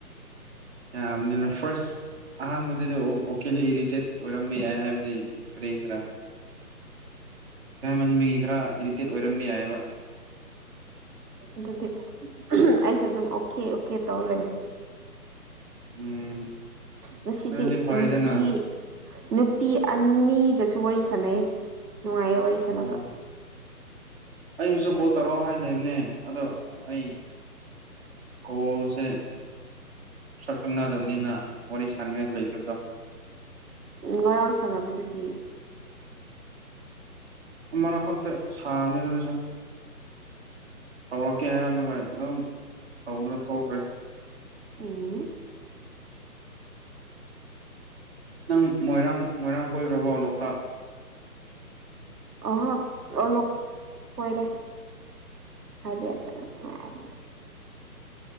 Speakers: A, on the right; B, on the right.
A: ꯌꯥꯅꯤꯅ ꯐꯥꯔꯁ ꯑꯍꯥꯟꯕꯗꯗꯤ ꯑꯣꯀꯦꯗꯣ ꯏꯔꯤꯇꯦꯠ ꯑꯣꯏꯔꯝꯕ ꯌꯥꯏ ꯍꯥꯏꯕꯗꯤ ꯀꯔꯤꯁꯤꯔꯥ ꯈꯟꯕꯒꯤ ꯈꯔ ꯏꯔꯤꯇꯦꯠ ꯑꯣꯏꯔꯝꯕ ꯌꯥꯏꯑꯕ
B: ꯑꯗꯨꯗꯤ ꯑꯩꯁꯨ ꯑꯗꯨꯝ ꯑꯣꯀꯦ ꯑꯣꯀꯦ ꯇꯧ ꯂꯩꯔꯦ
A: ꯎꯝ
B: ꯉꯁꯤꯗꯤ
A: ꯑꯗꯨꯗꯤ ꯐꯔꯦꯗꯅ
B: ꯅꯨꯄꯤ ꯅꯨꯄꯤ ꯑꯅꯤꯒꯁꯨ ꯋꯥꯔꯤ ꯁꯥꯟꯅꯩ ꯅꯨꯡꯉꯥꯏꯌꯦ ꯋꯥꯔꯤ ꯁꯅꯕ
A: ꯑꯣ
B: ꯑ
A: ꯑꯩꯕꯨꯁꯨ ꯀꯣꯜ ꯇꯧꯔꯛꯑꯣ ꯍꯥꯏ ꯂꯩꯕꯅꯦ ꯑꯗꯣ ꯑꯩ ꯀꯣꯜꯁꯦ ꯁꯛ ꯈꯪꯅꯗꯕꯅꯤꯅ ꯋꯥꯔꯤ ꯁꯅꯤꯡꯉꯥꯏ ꯂꯩꯇꯕꯗꯣ
B: ꯎ ꯉꯔꯥꯡ ꯁꯥꯟꯅꯕꯗꯨꯗꯤ
A: ꯃꯅ ꯈꯠꯇ ꯁꯝꯅꯤꯗꯗꯁ ꯇꯧꯔꯛꯀꯦ ꯍꯥꯏꯔꯝꯃꯒ ꯑꯗꯨꯝ ꯇꯧꯗꯨꯅ ꯇ ꯊꯣꯛꯈ꯭ꯔꯦ
B: ꯎꯝꯣ
A: ꯅꯪ ꯃꯣꯏꯔꯥꯡ ꯃꯣꯏꯔꯥꯡ ꯀꯣꯏꯈ꯭ꯔꯔꯕꯣ ꯂꯣꯛꯇꯥꯛ
B: ꯑꯍ ꯑꯣꯂꯞ ꯀꯔ ꯍꯥꯏꯕꯠꯇꯅ